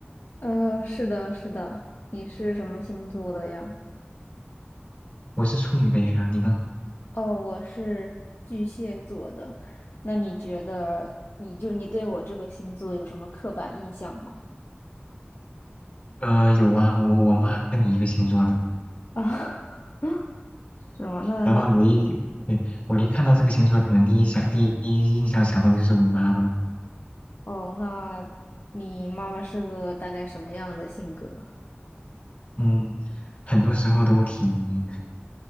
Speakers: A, on the left; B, on the left.
A: 呃，是的，是的，你是什么星座的呀？
B: 我是处女的呀，你呢？
A: 哦，我是巨蟹座的。那你觉得，你就你对我这个星座有什么刻板印象吗？
B: 呃，有啊，我我妈跟你一个星座的，
A: <laughs> 啊，是吗？那那
B: 然后我一对我一看到这个星座，可能第一想第一印象想到的就是我妈吧。
A: 哦，那你妈妈是个大概什么样的性格？
B: 嗯，很多时候都挺